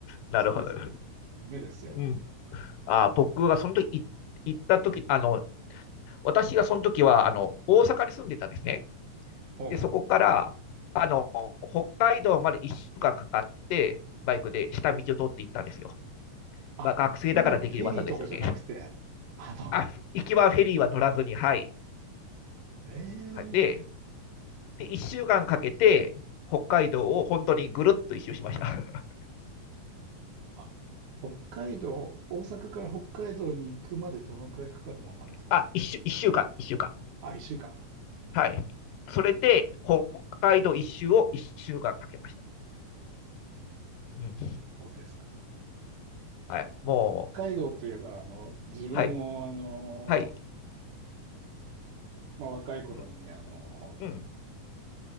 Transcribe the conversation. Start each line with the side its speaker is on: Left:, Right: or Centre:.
Left: なるほど。
Right: 常々目ですよ。
Left: うん。あー、僕がその時い行った時、あの、私がその時はあの大阪に住んでたんですね。
Right: ほうほうほう。
Left: で、そこからあの北海道まで1週間かんかかって、バイクで下道を通っていったんですよ。
Right: あ、
Left: まあ、学生だからできる技ですよね。
Right: フェリー、フェリーとかじゃなくて、あ
Left: <laughs> あ、行きはフェリーは乗らずに、はい。
Right: の、
Left: で、
Right: ええ
Left: で1週間かんかけて、北海道を本当にぐるっと一周しました。<laughs>
Right: あ、北海道、大阪から北海道に行くまでどのくらいかかるもんなんですか
Left: あ、一週、一週間、一週間。
Right: あ、一週間。
Left: はい。それで、北海道一周を一週間かけました。うん。
Right: そうですか。あの、
Left: はい。もう、
Right: 北海道といえば、あの、自分も、
Left: はい。
Right: あの、
Left: はい。
Right: まあ、若い頃に、
Left: うん。
Right: あの、
Left: うん